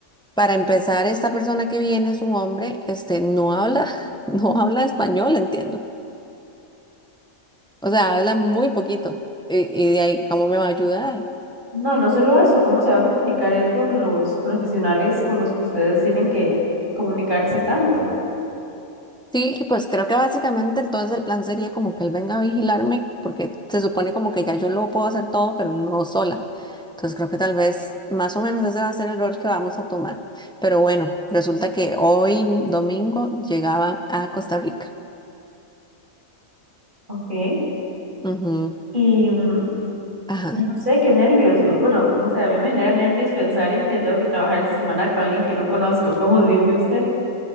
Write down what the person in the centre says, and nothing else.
para empezar, esta persona que viene es un hombre, este, no habla, <laughs> no habla español, entiendo. O sea, habla muy poquito. Y, y de ahí, ¿cómo me va a ayudar?
Sí, pues creo que básicamente entonces el plan sería como que él venga a vigilarme, porque se supone como que ya yo lo puedo hacer todo, pero no sola. Entonces creo que tal vez más o menos ese va a ser el rol que vamos a tomar. Pero bueno, resulta que hoy domingo llegaba a Costa Rica.
Ujú,
Ajá.